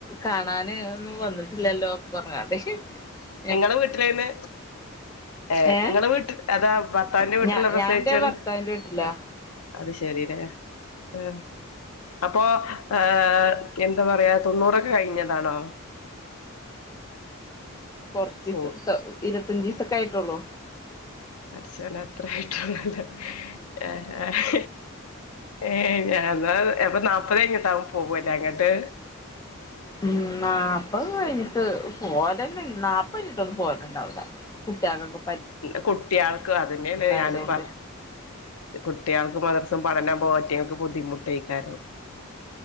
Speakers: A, on the left; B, on the left.
A: കാണാന് ഒന്നും വന്നിട്ടില്ലല്ലോ പറഞ്ഞ്ങ്ങാണ്ട് <inaudible>
B: നിങ്ങള് വീട്ടിലേണ് ഏഹ്
A: ഏ
B: നിങ്ങള് വീട്ടിൽ അതാ ഭർത്താവിന്റെ വീട്ടിലുള്ള
A: ഞാ
B: പ്രസച്ചാണ്
A: ഞാൻ എന്റെ ഭർത്താവിന്റെ വീട്ടിലാ
B: അത് ശരില്ലേ ഏഹ് അപ്പൊ ഏഹ് എന്താ പറയാ തൊണ്ണൂറൊക്കെ കഴിഞ്ഞതാണോ
A: കൊറച്ചിസം
B: ഓ
A: ട്ടോ ഇരുത്തഞ്ച് ദിസൊക്കെ ആയിട്ടുള്ളൂ
B: പടിചോന്നേ അത്രായിട്ടോള്ളല്ലോ ആഹ് ആഹ് ഏഹ് ഞാൻന്നാ അപ്പൊ നാപ്പത് കഴഞ്ഞിട്ടാവു പോവാല്ലേ അങ്ങട്ട്
A: ഉം നാപ്പത് കഴിഞ്ഞിട്ട് പോകലന്നെ നാപ്പാഴിഞ്ഞിട്ടൊന്നും പോകലുണ്ടാവില്ല കുട്ട്യാകൊക്കു
B: പിന്നെ കുട്ടിയാൾക്കു അതെന്നെണ്
A: ആയതുകൊണ്ട്
B: ഞാനും പറയ കുട്ടിയാൾക്ക് മദ്രർസും പഠനം പോറ്റങ്ങൾക്ക് ബുദ്ധിമുട്ടേയ്ക്കരം.